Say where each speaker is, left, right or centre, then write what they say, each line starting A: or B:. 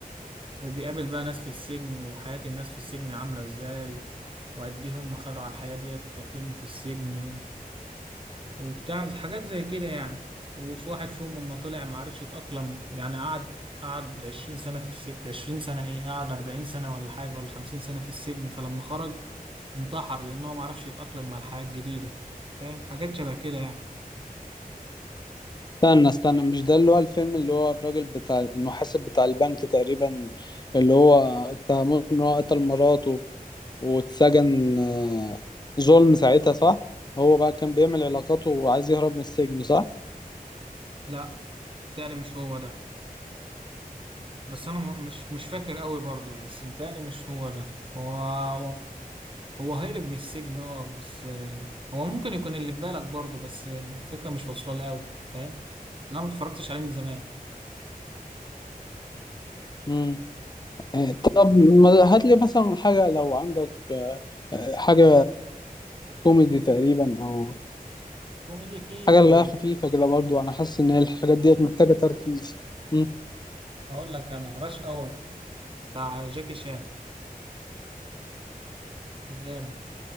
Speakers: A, on the right (about 35°); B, on the left (about 30°).
A: وبيقابل بقى ناس في السجن وحياة الناس في السجن عاملة ازاي وقد ايه هم خدوا على الحياة ديت وتأقلموا في السجن وبتاع حاجات زي كده يعني وفي واحد فيهم لما طلع ما عرفش يتأقلم يعني قعد قعد 20 سنة في السجن 20 سنة ايه قعد 40 سنة ولا حاجة ولا 50 سنة في السجن فلما خرج انتحر لأن هو ما عرفش يتأقلم مع الحياة الجديدة فاهم حاجات شبه كده يعني
B: استنى استنى مش ده اللي هو الفيلم اللي هو الراجل بتاع المحاسب بتاع البنك تقريبا اللي هو اتهموه ان هو قتل مراته واتسجن آه، ظلم ساعتها صح هو بقى كان بيعمل علاقاته وعايز يهرب من السجن صح
A: لا متهيألي مش هو ده بس أنا م- مش مش فاكر قوي برضو بس متهيألي مش هو ده هو هو هرب من السجن اه بس آه، هو ممكن يكون اللي في بالك برضو بس آه، الفكرة مش واصلة لي قوي فاهم لأن أنا ما اتفرجتش عليه من زمان
B: مم. آه، طب ما- هات لي مثلا حاجة لو عندك آه، حاجة كوميدي تقريبا او
A: كوميدي فيه
B: حاجة اللي هي خفيفة كده برضو انا حاسس ان الحاجات ديت محتاجة تركيز مم.
A: اقول لك انا راش اور بتاع جاكي شان جامد